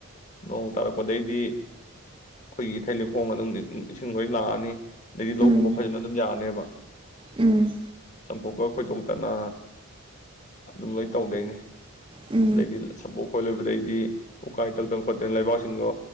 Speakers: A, on the left; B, on the right.
A: ꯅꯣꯡ ꯇꯥꯔꯛꯄꯗꯩꯗꯤ ꯑꯩꯈꯣꯏꯒꯤ ꯏꯊꯩ ꯂꯧꯈꯣꯡ ꯑꯗꯨꯝ ꯏꯁꯤꯡ ꯂꯣꯏ ꯂꯥꯛꯑꯅꯤ ꯑꯗꯩꯗꯤ ꯂꯧ
B: ꯎꯝ
A: ꯎꯕ ꯐꯖꯅ ꯑꯗꯨꯝ ꯌꯥꯔꯅꯦꯕ
B: ꯎꯝ
A: ꯆꯝꯄꯣꯛꯀ ꯈꯣꯏꯗꯣꯛꯇꯅ ꯑꯗꯨꯝ ꯂꯣꯏ ꯇꯧꯗꯣꯏꯅꯤ
B: ꯎꯝ
A: ꯂꯩꯗꯤ ꯁꯄꯣ ꯈꯣꯂꯣꯏꯕꯗꯩ ꯎꯀꯥꯏ ꯇꯪꯗꯅ ꯈꯣꯠꯇꯅ ꯂꯩꯕꯥꯛꯁꯤꯡꯗꯣ